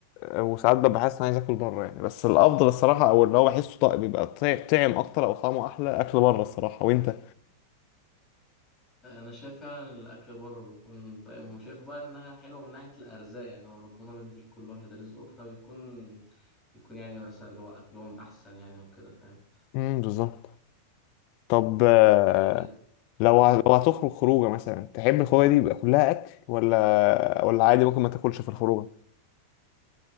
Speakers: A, on the left; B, on the left.
A: وساعات ببقى حاسس ان انا عايز اكل بره يعني بس الافضل الصراحه او اللي هو بحسه طيب بيبقى طع- طعم اكتر او طعمه احلى اكل بره الصراحه وانت
B: آه، انا شايف فعلا الاكل بره بيكون طيب وشايف بقى انها حلوه من ناحيه الارزاق يعني هو ربنا مدي لكل واحد رزقه فبيكون بيكون يعني مثلا اللي هو اكلهم احسن يعني وكده فاهم
A: امم بالظبط طب آه،
B: آه،
A: لو
B: كمل
A: ه- لو هتخرج خروجه مثلا تحب الخروجه دي يبقى كلها اكل ولا ولا عادي ممكن ما تاكلش في الخروجه